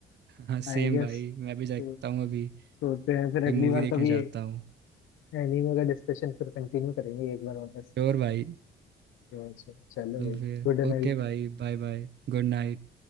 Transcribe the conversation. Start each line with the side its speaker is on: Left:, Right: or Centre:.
Right: हाँ
Left: आई
Right: सेम
Left: गेस
Right: भाई मैं भी देखता
Left: तो
Right: हूँ अभी
Left: सोते
Right: कोई
Left: हैं फिर अगली
Right: मूवी
Left: बार
Right: देखने
Left: कभी
Right: जाता हूँ
Left: एनीमे का डिस्कशन फिर कंटिन्यू करेंगे एक बार वापस
Right: श्योर भाई
Left: तो चलो
Right: तो
Left: भाई
Right: फिर
Left: गुड नाइट
Right: ओके भाई बाय बाय गुड नाइट